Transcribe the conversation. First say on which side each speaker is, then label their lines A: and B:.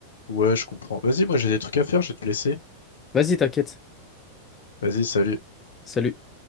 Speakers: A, on the left; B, on the left.
A: Ouais, je comprends. Vas-y, moi j'ai des trucs à faire, je vais te laisser.
B: Vas-y, t'inquiète.
A: Vas-y, salut.
B: Salut.